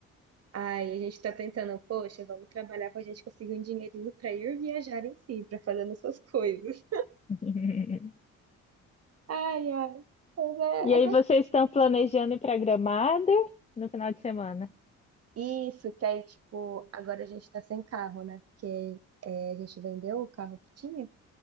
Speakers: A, on the right (about 55°); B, on the left (about 20°).
A: Aí a gente está tentando, poxa, vamos trabalhar para a gente conseguir um dinheirinho para ir viajar em si, para fazer nossas <laughs> coisas.
B: <laughs>
A: Ai, ai. Mas é,
B: E aí
A: é gostoso.
B: vocês estão planejando ir para Gramado no final de semana?
A: Isso, que aí, tipo, agora a gente tá sem carro, né? Porque é, a gente vendeu o carro que tinha.